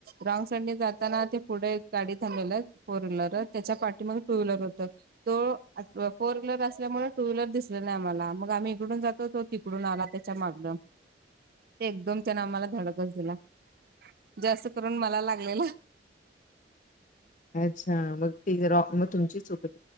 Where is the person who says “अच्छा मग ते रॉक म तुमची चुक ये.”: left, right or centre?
Left